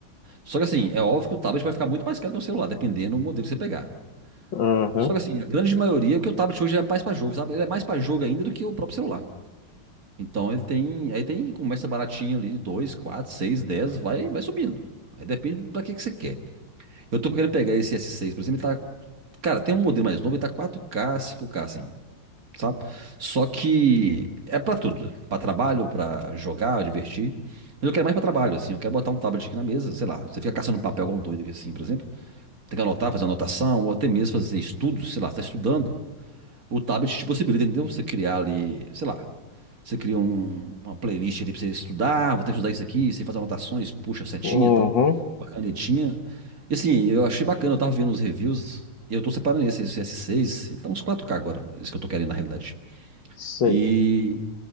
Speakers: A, on the right; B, on the left.
A: Só que assim, é óbvio que o tablet vai ficar muito mais caro que um celular, dependendo do modelo que você pegar.
B: Aham,
A: Só que assim, a grande maioria, porque o tablet hoje é mais pra jogo, sabe? Ele é mais pra jogo ainda do que o próprio celular. Então ele tem, aí tem, começa baratinho ali, dois quatro seis dez vai, vai subindo. Aí depende pra que que você quer. Eu tô querendo pegar esse s seis por exemplo, ele tá, cara, tem um modelo mais novo, ele tá quatro k cinco k assim, sabe? Só que é pra tudo, Pra trabalho, pra jogar, divertir. Mas eu quero mais pra trabalho, assim, eu quero botar um tablet aqui na mesa, sei lá, você fica caçando um papel igual um doido aqui assim, por exemplo, tem que anotar, fazer anotação, ou até mesmo fazer estudos, sei lá, você tá estudando. O tablet te possibilita, entendeu? Você criar ali, sei lá, você cria um- uma playlist ali pra você estudar, "Ah, vou ter que estudar isso aqui, você faz anotações, puxa a setinha
B: uhum,
A: e tal, uma canetinha. E assim, eu achei bacana, eu tava vendo os reviews, e eu tô separando esse, esse S6, ele tá uns quatro k agora, esse que eu tô querendo na realidade.
B: sei.
A: E